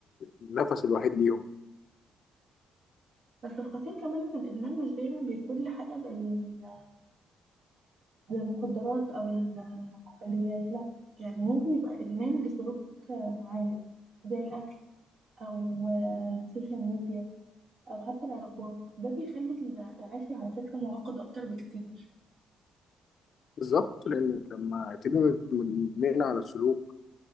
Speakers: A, on the left; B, on the right.
A: النفس الوحيد ليهم
B: بس الخطير كمان ان الادمان مش دايما بيكون لحاجه زي ال- زي المخدرات او ال اليات لا يعني ممكن يبقى إدمان لسلوك معين زي الأكل أو آه، السوشيال ميديا أو حتى العلاقات ده بيخلي التعافي على فكرة معقد أكتر بكتير
A: بالظبط لأن لما تبقى مدمنة على السلوك